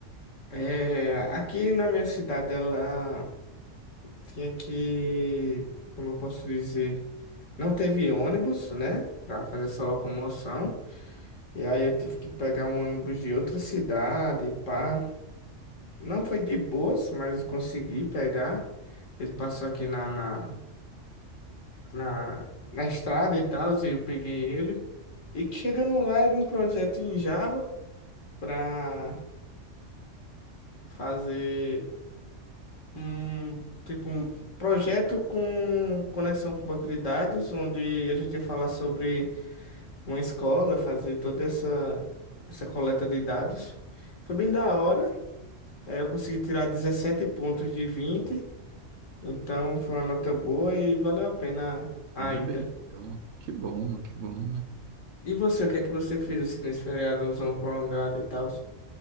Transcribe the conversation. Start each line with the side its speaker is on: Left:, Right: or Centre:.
Left: É, aqui na minha cidade, ela tinha que, como eu posso dizer, não teve ônibus, né, pra fazer essa locomoção. E aí eu tive que pegar um ônibus de outra cidade, pá. Não foi de boas, mas eu consegui pegar. Ele passou aqui na, na, na, na estrada e tal, e eu peguei ele. E que chegando lá era um projeto em Java para fazer um tipo um projeto com conexão com banco de dados, onde a gente ia falar sobre uma escola, fazer toda essa, essa coleta de dados. Foi bem da hora. Eh, Eu consegui tirar 17 pontos de vinte Então foi uma nota boa e valeu a pena a
Right: Mandou
Left: ida.
Right: bem, então. Que bom, que bom.
Left: E você, o que é que você fez assim nesse feriadozão prolongado e tal?